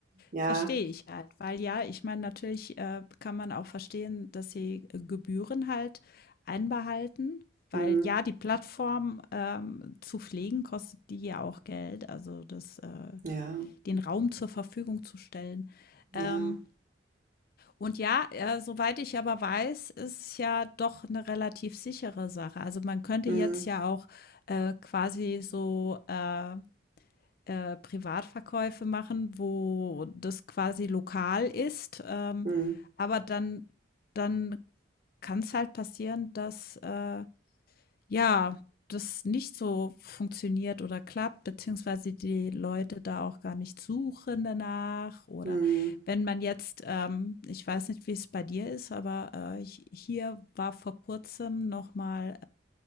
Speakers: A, on the right; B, on the left.
A: Ja,
B: Verstehe ich halt, weil ja, ich meine, natürlich äh, kann man auch verstehen, dass sie äh, Gebühren halt einbehalten, weil
A: hm.
B: ja, die Plattform ähm, zu pflegen kostet die ja auch Geld, also das, äh,
A: Ja,
B: den Raum zur Verfügung zu stellen. Ähm,
A: ja.
B: und ja, äh, soweit ich aber weiß, ist es ja doch eine relativ sichere Sache. Also man könnte
A: hm
B: jetzt ja auch äh, quasi so äh, äh, Privatverkäufe machen, wo das quasi lokal ist. Ähm,
A: hm
B: aber dann, dann kann es halt passieren, dass äh, ja, das nicht so funktioniert oder klappt, beziehungsweise die Leute da auch gar nicht suchen danach. Oder
A: hm
B: wenn man jetzt, ähm, ich weiß nicht, wie es bei dir ist, aber äh, hi- hier war vor kurzem nochmal